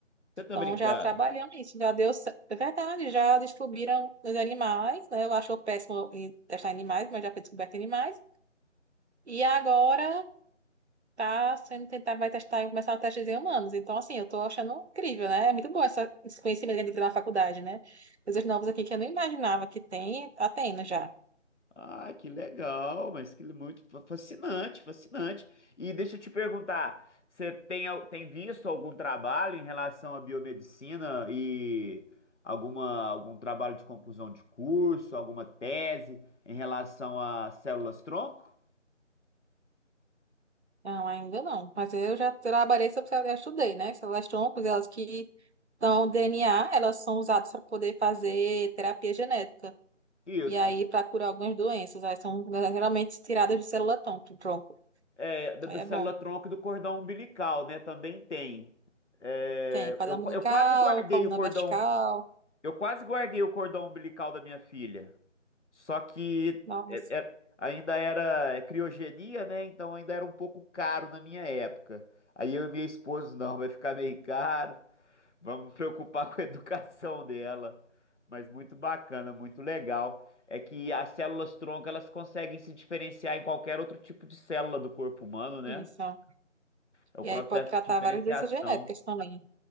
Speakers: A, on the left (about 65°); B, on the right (about 60°).
A: Você tá
B: Então,
A: brincando?
B: já trabalhando nisso, já deu... cer- É verdade, já descobriram nos animais, né? Eu acho péssimo em testar em animais, mas já foi descoberto em animais. E agora tá sendo tentar, vai testar e começar a testes em humanos. Então, assim, eu tô achando incrível, né? É muito bom essa, esse conhecimento que a gente tem na faculdade, né? Coisas novas aqui que eu não imaginava que tem, tá tendo já.
A: Ah, que legal, mas que muito fa- fascinante, fascinante. E deixa eu te perguntar, você tem, al- tem visto algum trabalho em relação à biomedicina e alguma, algum trabalho de conclusão de curso, alguma tese em relação a células-tronco?
B: Não, ainda não. Mas eu já trabalhei sobre células, já estudei, né? Células troncos, elas que estão DNA, elas são usadas para poder fazer terapia genética.
A: Isso,
B: E aí, para curar algumas doenças, aí são né, geralmente tiradas de célula tronco. tronco.
A: é, da,
B: Aí
A: da
B: é
A: célula-tronco
B: bom.
A: e do cordão umbilical, né? Também tem. É,
B: Tem quadril
A: eu,
B: umbilical,
A: eu quase guardei
B: coluna
A: o cordão,
B: vertical.
A: eu quase guardei o cordão umbilical da minha filha. Só que
B: Nossa,
A: é- é- ainda era é criogenia, né? Então ainda era um pouco caro na minha época. Aí eu e minha esposa, não, vai ficar meio caro. Vamos preocupar com a educação dela. Mas muito bacana, muito legal. É que as células-tronco, elas conseguem se diferenciar em qualquer outro tipo de célula do corpo humano, né?
B: isso.
A: É o processo
B: E aí pode tratar
A: de diferenciação.
B: várias doenças genéticas também.